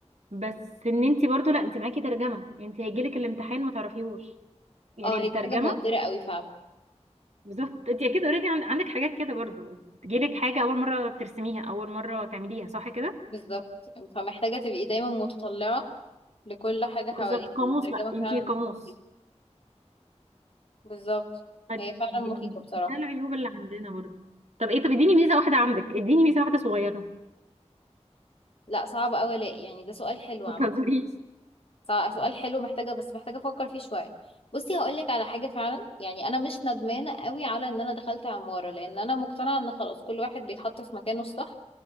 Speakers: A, on the right; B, on the left.
A: بس ان انت برضه لا انت معاكي ترجمه يعني انت هيجيلك الامتحان ما تعرفيهوش يعني
B: اه هي
A: الترجمه
B: دي حاجه موتره قوي فعلا
A: بالظبط انت اكيد اوريدي عندك حاجات كده برضو تجيلك حاجه اول مره ترسميها اول مره تعمليها صح كده
B: بالظبط فمحتاجه تبقي دايما متطلعه لكل حاجه حواليك
A: بالظبط قاموس
B: والترجمه
A: بقى
B: فعلا
A: انت قاموس
B: مخيفه بالظبط
A: فد-
B: هي فعلا
A: دي-
B: مخيفه بصراحه
A: ده العيوب اللي عندنا برضو طب ايه طب اديني ميزه واحده عندك اديني ميزه واحده صغيره <laughs>
B: لا صعب قوي الاقي يعني ده سؤال حلو عامه
A: ما تهزريش
B: صع- سؤال حلو محتاجة بس محتاجة افكر فيه شوية بصي هقولك على حاجة فعلا يعني انا مش ندمانة قوي على ان انا دخلت عمارة لان انا مقتنعة ان خلاص كل واحد بيتحط في مكانه الصح